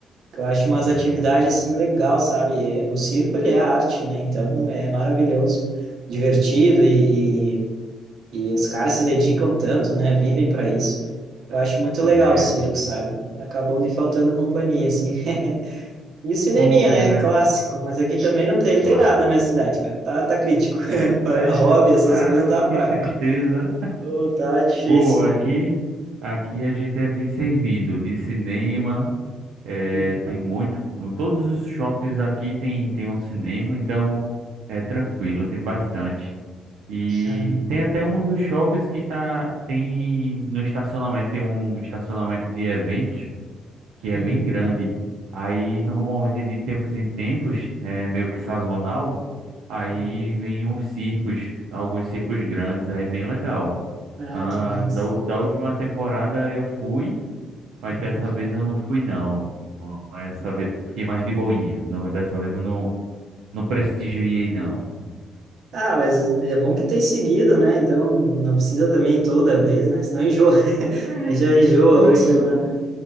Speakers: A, on the right; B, on the right.
A: Que Eu acho umas
B: Mas,
A: atividades assim legal, sabe? É, O circo ele é arte, né? Então é maravilhoso, divertido e... e e os caras se dedicam tanto, né? Vivem para isso. Eu acho muito
B: é,
A: legal o circo, sabe? Acabou me faltando companhia, assim. <laughs> E o cineminha,
B: pô, cara,
A: né? Clássico. Mas aqui também não tem, não
B: clássico.
A: tem nada na minha cidade, cara. Tá, tá crítico. <laughs>
B: É sério,
A: Pra Hobby, essas
B: caramba,
A: coisas, tá
B: que
A: fraco.
B: tristeza.
A: Ô, tá difícil,
B: Pô, aqui,
A: velho.
B: aqui a gente é bem servido de cinema. É,
A: Uhum.
B: tem muito, em todos os shoppings aqui tem, tem um cinema, então é tranquilo, tem bastante. E
A: Ah,
B: tem até um dos shoppings que tá, tem no estacionamento, tem um estacionamento de eventos que
A: uhum.
B: é bem grande. Aí normalmente de tempos em tempos, é meio que sazonal, aí
A: uhum.
B: vem uns circos, alguns circos grandes, aí é bem legal.
A: Ah,
B: Ah,
A: que massa.
B: da, u- da última temporada eu fui. Mas
A: Uhum.
B: dessa vez eu não fui, não. Essa vez fiquei mais de boinha. Não, dessa vez eu não, não prestigiei, não.
A: Ah, mas é bom que tem seguido, né? Então não precisa também ir toda vez, né? Senão enjoa. <laughs>
B: É,
A: Aí já enjoa,
B: se não
A: ou
B: enjoa.
A: sei lá. né?